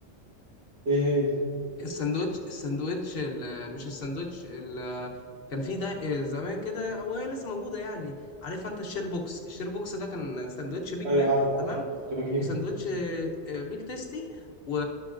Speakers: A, on the right; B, on the left.
A: ايه هي
B: الساندوتش الساندوتش ال- آه، مش الساندوتش ال- آه، كان في ده زمان كده او هي لسه موجوده يعني عارف انت الشير بوكس الشير بوكس ده كان ساندوتش بيج
A: ايوه
B: ماك
A: عارفه
B: تمام
A: عارفه. كنت بجيبه
B: وساندوتش آه، بيج تيستي و...